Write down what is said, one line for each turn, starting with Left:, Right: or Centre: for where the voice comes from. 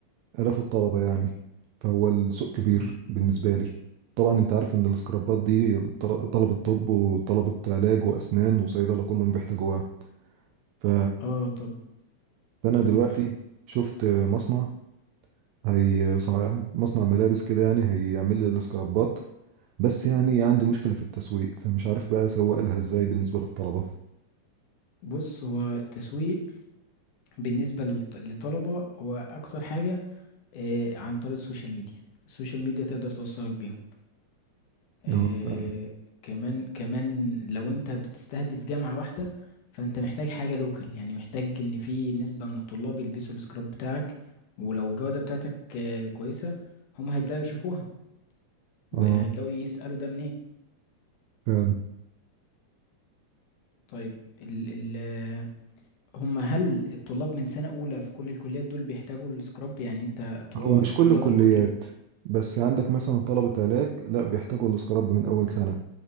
Right: آلاف الطلبة يعني فهو السوق كبير
Left: مم.
Right: بالنسبة لي طبعا انت عارف ان السكرابات دي طل- طلبة طب وطلبة علاج وأسنان وصيدلة كلهم بيحتاجوها ف
Left: اه طب
Right: فانا دلوقتي
Left: مم.
Right: شفت مصنع هي صنع- مصنع ملابس كده يعني هيعمل لي الاسكرابات بس يعني عندي مشكلة في التسويق فمش عارف بقى اسوق لها ازاي بالنسبة للطلبة
Left: بص هو التسويق بالنسبة للط- للطلبة هو أكتر حاجة آه، عن طريق السوشيال ميديا السوشيال ميديا تقدر توصلك بيهم آه،
Right: اه فعلا
Left: كمان كمان لو انت بتستهدف جامعة واحدة فانت محتاج حاجة لوكال يعني محتاج ان في نسبة من الطلاب يلبسوا السكراب بتاعك ولو الجودة بتاعتك آه، كويسة هم هيبدأوا يشوفوها وهيبدأوا
Right: اه
Left: يسألوا ده منين
Right: فعلا
Left: طيب ال ال آه، هم هل الطلاب من سنة أولى في كل الكليات دول بيحتاجوا السكراب يعني انت طلاب
Right: هو مش كل
Left: طلاب
Right: الكليات
Left: الكلية
Right: بس عندك مثلا طلبة علاج لا بيحتاجوا الاسكراب من اول سنة